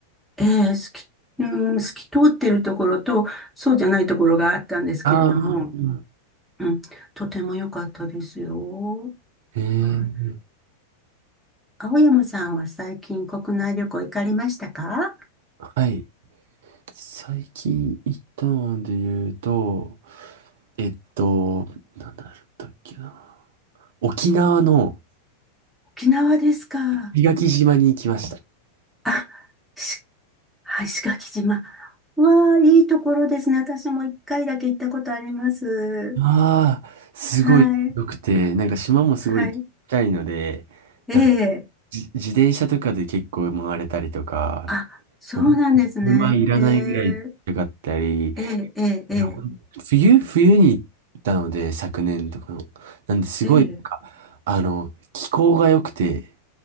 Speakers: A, in the centre; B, on the right.
A: ええ、透き、うん、透き通ってるところと、そうじゃないところがあったんですけれども、
B: ああ、
A: うん、とても良かったですよ。
B: ええ
A: はい青山さんは最近国内旅行行かれましたか
B: はい。最近行ったので言うと、えっと、なんだったっけな。沖縄の
A: 沖縄ですか。
B: 石垣島に行きました。
A: あ、しはい、石垣島。うわあ、いいところですね。私も一回だけ行ったことあります。
B: ああ、すごい良くて、
A: はい。
B: なんか島もすごいちっちゃいので、
A: はい。ええ。
B: なんかじ自転車とかで結構回れたりとか、
A: あ、そうなんですね。
B: もうほんと車いらないぐらいちかったり、
A: ええ、
B: い
A: ええ、ええ、
B: やほん冬、冬に行ったので、昨年とかの。なんで、すごい、
A: ええ、ええ。
B: なんか、あの、気候が良くて、